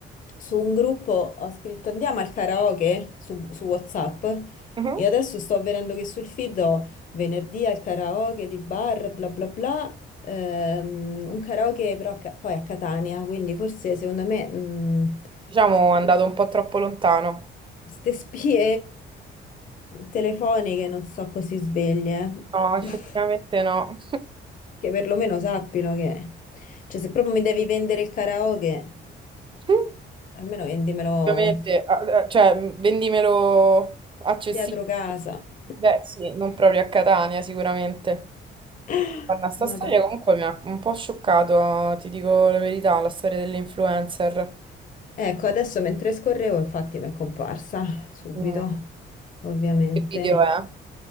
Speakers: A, on the left; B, on the right.
A: su un gruppo, ho scritto andiamo al karaoke su, su WhatsApp
B: Mhm.
A: e adesso sto vedendo che sul feed ho venerdì al karaoke di bar, bla bla bla, ehm, un karaoke però a Ca- poi a Catania, quindi forse secondo me mh,
B: Diciamo,
A: s-
B: è andato un po' troppo lontano.
A: ste spie telefoniche non so così sveglie,
B: No, effettivamente
A: <laughs>
B: no.
A: che perlomeno sappino che, cioè se proprio mi devi vendere il karaoke...
B: <laughs>
A: Almeno vendimelo
B: Ovviamente, a- a- cioè, mh, vendimelo accessibile.
A: dietro casa.
B: Beh, sì, non proprio a Catania, sicuramente.
A: <laughs>
B: Guarda, sta
A: Madonna.
B: storia comunque mi ha un po' scioccato, ti dico la verità, la storia dell'influencer.
A: Ecco, adesso mentre scorrevo, infatti mi è comparsa subito,
B: Mm.
A: ovviamente.
B: Che video è?